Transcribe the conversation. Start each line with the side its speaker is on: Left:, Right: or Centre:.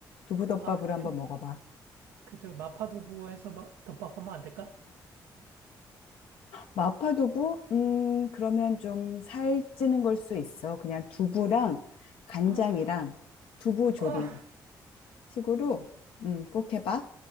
Left: 두부덮밥으로
Right: 아, 그,
Left: 한번
Right: 그,
Left: 먹어봐.
Right: 그, 저기 마파두부 해서 마- 덮밥 하면 안 될까?
Left: 마파두부? 음, 그러면 좀 살찌는 걸 수 있어. 그냥 두부랑 간장이랑
Right: 아,
Left: 두부조림
Right: 아.
Left: 식으로 음, 꼭 해봐.